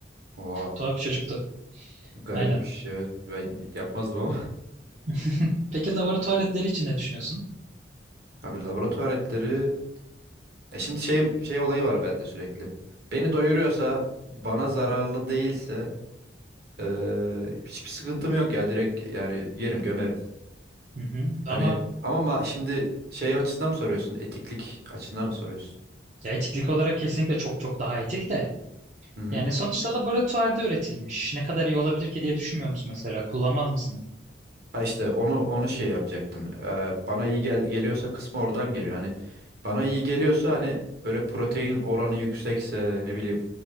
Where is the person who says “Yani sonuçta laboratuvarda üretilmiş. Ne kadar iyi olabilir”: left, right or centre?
Right